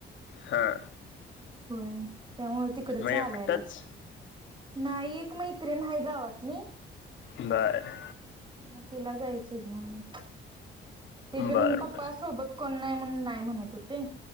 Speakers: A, on the left; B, on the right.
A: हां.
B: होय त्यामुळं तिकड चालाय
A: एकटंच
B: लाग नाई एक मैत्रिण हाय गावातली.
A: बंर.
B: मग तिला जायचं घ्यून ते पण
A: बर
B: पप्पा
A: बर
B: सोबत कॉ नाय म्हणून नाय म्हणत होते